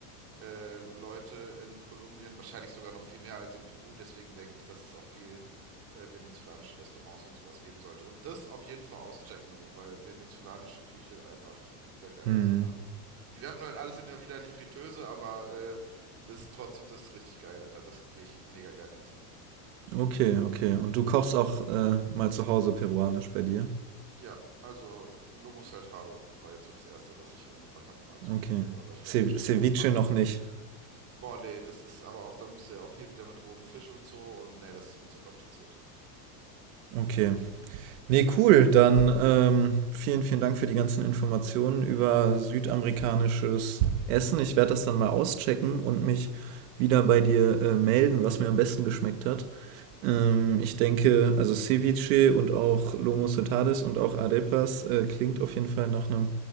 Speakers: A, on the right (about 30°); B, on the right (about 55°).
A: äh, Leute in Kolumbien, wahrscheinlich sogar noch viel mehr als in Peru. Deswegen denke ich, dass es auch viel äh, venezolanische Restaurants und sowas geben sollte. Und das auf jeden Fall auschecken, so, weil venezolanische Küche einfach wieder geil,
B: Hm.
A: so, ne? Die werfen halt alles immer wieder in die Fritteuse, aber äh, das ist trotzdem, das ist richtig geil, Alter. Das gehe ich mega gerne essen.
B: Okay, okay. Und du kochst auch äh, mal zu Hause peruanisch bei dir?
A: Ja, also Lomo Saltado war jetzt so das erste, was ich angefangen habe, mal zu
B: Okay.
A: probieren. Aber ich
B: Ce
A: werde bestimmt
B: Ceviche
A: noch ein paar Sachen.
B: noch nicht.
A: Boah, nee, das ist aber auch, dann musst du ja auch hier wieder mit rohem Fisch und so und nee, das ist mir zu kompliziert.
B: Okay. Nee, cool. Dann ähm, vielen, vielen Dank für die ganzen Informationen über südamerikanisches Essen. Ich werde das dann mal auschecken und mich wieder bei dir äh, melden, was mir am besten geschmeckt hat. Ähm, ich denke, also Ceviche und auch Lomo Saltares und auch Arepas äh, klingt auf jeden Fall nach einem